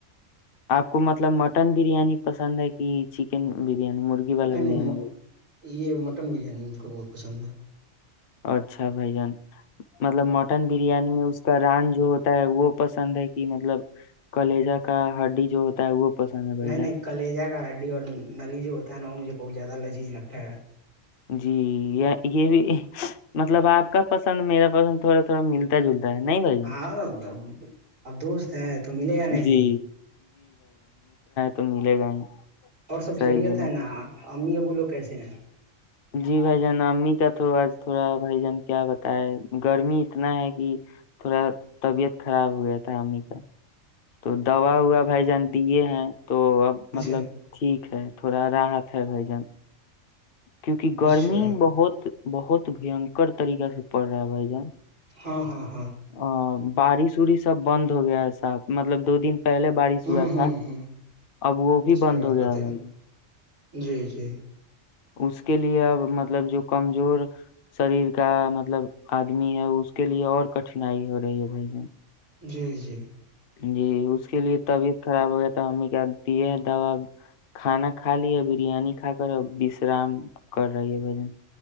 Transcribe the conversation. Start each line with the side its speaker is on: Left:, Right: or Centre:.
Left: اپ کو مطلب مٹن بریانی پسند ہے کہ چکن بریانی مرغی والا
Right: نہیں
Left: بریانی
Right: نہیں یہ مٹن بریانی بہت پسند ہے
Left: اچھا بھائی جان مطلب مٹن بریانی میں ران جو ہوتا ہے وہ پسند ہے کہ مطلب کلیجہ کا ہڈی جو ہوتا ہے وہ پسند ہے بھائی
Right: نہیں
Left: جان
Right: نہیں کل لے جائے گا اور نلی جو ہوتا ہے نا وہ مجھے بہت زیادہ لذیز لگتا ہے
Left: جی یہ مطلب اپ کا پسند میرا پسند تھوڑا تھوڑا ملتا جلتا ہے نہیں بھائی جان
Right: ہے اب دوست ہیں تو ملے گا نہیں
Left: جی ہم ملے گا ہی
Right: اور سب
Left: صحیح
Right: خیریت
Left: بولے
Right: ہے نا امی ابو لوگ کیسے ہیں
Left: جی بھائی جان امی کا تھوڑا بھائی جان کیا بتایا گرمی اتنا ہے کی تھوڑا طبیعت خراب رہتا امی کا تو دعوی ہوا بھائی جان دیے ہیں تو اب مطلب
Right: اچھا
Left: ٹھیک ہے تھوڑا راحت ہے بھائی جان کیونکہ گرمی
Right: اچھا
Left: بہت بہت بھیانک طریقہ سے پڑھ رہا ہے بھائی جان
Right: ہے ہے
Left: ہے بارش یورش سب بند ہو گیا ایسا مطلب دو دن پہلے بارش
Right: ہوں
Left: ہوا
Right: ہوں
Left: تھا
Right: ہوں
Left: اب وہ بھی
Right: صحیح
Left: بند
Right: بات
Left: ہو
Right: بات
Left: گیا بھائی
Right: جی جی
Left: اس کے لیے اب مطلب جو کمزور سریر کا مطلب ادمی ہے اس کے لیے اور کٹھنائی ہو رہی ہے بھائی جان
Right: جی جی
Left: جی اس کے لیے طبیعت خراب ہو گیا تھا امی کا دیے ہیں دعوی کھانا کھا لی ہے بریانی کھا کر وسرام کر رہی ہے